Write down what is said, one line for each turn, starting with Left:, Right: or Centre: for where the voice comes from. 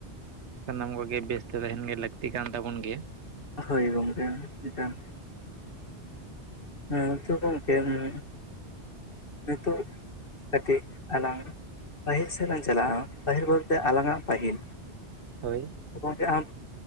Right: ᱥᱟᱱᱟᱢ ᱠᱚᱜᱮ ᱵᱮᱥ ᱛᱮ ᱛᱟᱦᱮᱱ ᱜᱮ ᱞᱟᱹᱠᱛᱤ ᱠᱟᱱ ᱛᱟᱵᱚᱱ ᱜᱮᱭᱟ᱾
Left: ᱦᱳᱭ ᱜᱚᱝᱠᱮ ᱮᱠᱟᱞ᱾ ᱦᱩᱸ ᱦᱤᱸᱛᱩᱜ ᱜᱚᱝᱠᱮ ᱩᱢᱻ ᱱᱤᱛᱚᱜ ᱠᱟᱹᱴᱤᱡ ᱟᱞᱟᱝ ᱯᱟᱹᱦᱤᱞ ᱥᱮᱜ ᱞᱟᱝ ᱪᱟᱞᱟᱜ-ᱟ ᱯᱟᱦᱤᱞ ᱵᱚᱞᱛᱮ ᱟᱞᱟᱝᱟᱜ ᱯᱟᱹᱦᱤᱞ᱾
Right: ᱦᱳᱭ᱾
Left: ᱛᱚ ᱜᱚᱝᱠᱮ ᱟᱢ